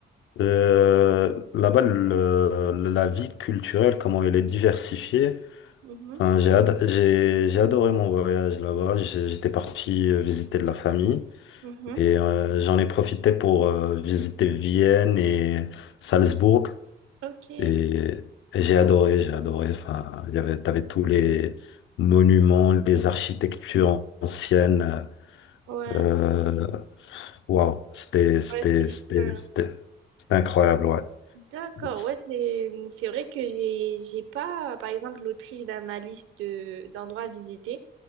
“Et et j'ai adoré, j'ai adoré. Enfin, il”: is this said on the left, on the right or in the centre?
Left